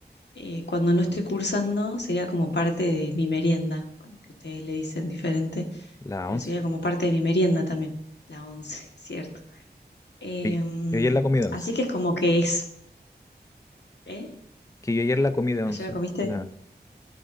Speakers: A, on the left; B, on the left.
A: eh, cuando no estoy cursando, sería como parte de mi merienda, bueno, que ustedes le dicen diferente
B: La
A: pero
B: once.
A: sería como parte de mi merienda también, la once, <laughs> ¿cierto? Eh,
B: Yo, yo ayer la comí de once.
A: así que es como que es, ¿eh?
B: Que yo ayer la comí de once.
A: ¿Ayer la comiste?
B: La,